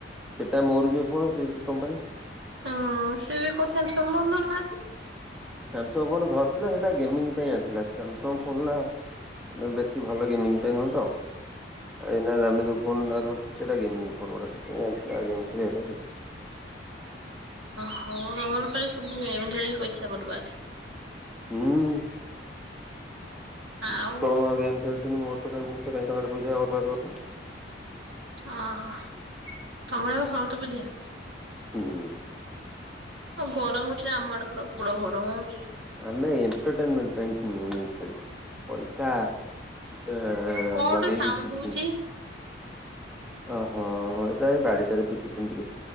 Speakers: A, in the centre; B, on the right.
A: ସେଟା ମୋର ବି ଫୋନ୍ ସେଇ କମ୍ପାନୀ।
B: ହୁଁ ଉଁ ଉଁ ସେବି କଉ ସାମସଙ୍ଗ୍ <unintelligible> ଧରୁନାହାନ୍ତି।
A: ସାମସଙ୍ଗ୍ ଫୋନ୍ ଧରୁଥିଲା ସେଟା ଗେମିଙ୍ଗ୍ ପାଇଁ ଆଣିଥିଲା ସାମସଙ୍ଗ୍ ଫୋନଟା ବେଶୀ ଭଲ ଗେମିଙ୍ଗ୍ ପାଇଁ ନୁହଁ ତ। ଏଇନା ଆମେ ଯୋଉ ଫୋନଟା ଧରୁ। ସେଇଟା ଗେମିଙ୍ଗ୍ ଫୋନଗୁଡା ସେଥିପାଇଁ ଆଣିଥିଲା ଗେମ୍ ଖେଳିବା ପାଇଁ
B: ହଁଅଅ <unintelligible> ସବୁ ଏମିତି ହେଇ ପଇସା ବରବାଦ୍।
A: ହୁଁ ଉଁ ଉଁ
B: ଆଉ
A: <unintelligible> ଗେମ୍ ଖେଳୁ କିନ୍ତୁ ମୋର ତ କାଇଁ ମୁଁ ତ କାଇଁ ଟଙ୍କାଟେ ପଇସା ବର୍ବାଦ କରିନି।
B: ଅହହ ତମେ ତ ସବୁଠୁ ବୁଦ୍ଧିଆ।
A: ହୁଁଉଉଉ
B: ଆଉ ଗରମ ହଉଛି ନା ଆମ ଆଡେ ପ୍ରବଳ ଗରମ ହଉଚି।
A: ଆମେ ଏଣ୍ଟରଟେନମେଣ୍ଟ ପାଇଁ ଖେଳୁ ପଇସା ଆ
B: କଣ ଗୋଟେ
A: ଲଗେଇକି
B: ସାଉଣ୍ଡୁ
A: କିଛି
B: ହଉଚି।
A: ଓହୋ ଏଟା ଏ ବାଡିଟାରେ ପିଟୁଥୀନିଟିକେ।